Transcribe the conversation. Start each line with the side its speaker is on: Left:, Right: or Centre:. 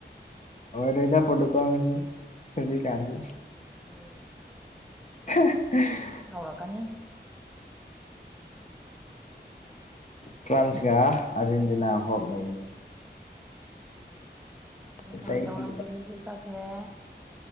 Left: ꯑꯣꯥꯏ ꯏ ꯊ ꯄꯣꯠꯨ ꯀꯁꯤ ꯁꯖꯤ ꯀꯥꯟꯁꯤ
Centre: ꯍꯝ
Left: <unintelligible>
Centre: ꯑꯩ ꯁꯥꯎꯔꯛꯀꯅꯤ
Left: ꯐ꯭ꯔꯥꯟꯁ ꯀ ꯑꯔꯖꯦꯟꯇꯤꯅꯥ ꯍꯕ ꯂꯩ
Centre: ꯗꯐꯥꯟ
Left: ꯑꯇꯩꯗꯤ
Centre: ꯇꯧꯔꯝꯕꯗꯨꯁꯨ ꯆꯠꯈ꯭ꯔꯦ